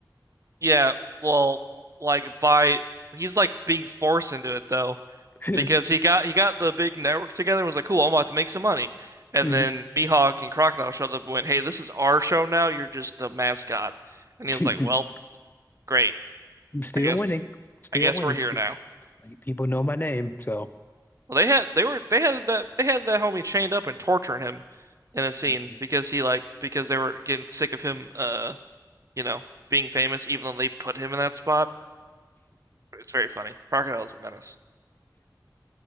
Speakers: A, on the right; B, on the left.
A: Yeah, well, like by he's like being forced into it though.
B: <laughs>
A: because he got he got the big network together and was like, "Cool, I'm about to make some money." And
B: Mhm.
A: then Mihawk and Crocodile showed up and went, "Hey, this is our show now. You're just the mascot." And
B: <laughs>
A: he was like, "Well, great.
B: Still
A: I guess
B: winning. Still
A: I guess
B: winning.
A: we're here
B: Still,
A: now."
B: like, people know my name, so
A: Well, they had they were they had that they had that homie chained up and torturing him in a scene
B: <laughs>
A: because he like because they were getting sick of him, uh, you know, being famous, even though they put him in that spot. It's very funny. Crocodile's a menace.